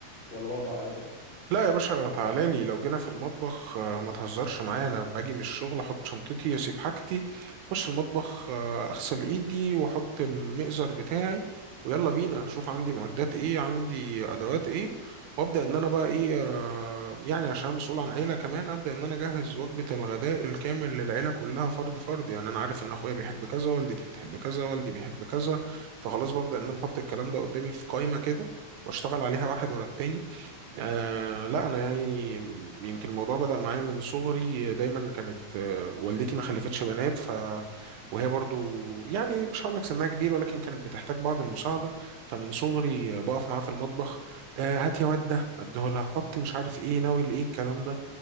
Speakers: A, on the left (about 25°); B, on the right (about 80°).
A: ولا برضه على قدك؟
B: لا يا باشا تعالى لي لو جينا في المطبخ آه، ما تهزرش معايا انا باجي من الشغل احط شنطتي اسيب حاجتي اخش المطبخ آه، اغسل ايدي واحط المئزر بتاعي ويلا بينا اشوف عندي معدات ايه عندي ادوات ايه وابدا ان انا بقى ايه آه، يعني عشان أنا مسؤول عن عيله كمان ابدا ان انا اجهز وجبه الغداء الكامل للعيله كلها فرد فرد يعني انا عارف ان اخويا بيحب كذا والدتي بتحب كذا والدي بيحب كذا فخلاص ببدا ان انا احط الكلام ده قدامي في قائمه كده واشتغل عليها واحد ورا التاني آه لا انا يعني يمكن الموضوع بدأ معايا من صغري دايما كانت آه، والدتي ما خلفتش بنات ف وهي برضو يعني مش هقول لك سنها كبير ولكن كانت بتحتاج بعض المساعده فمن صغري آه، بقف معاها في المطبخ آه هات يا واد ده اديه لها حط مش عارف
A: امم
B: ايه ناوي لايه الكلام ده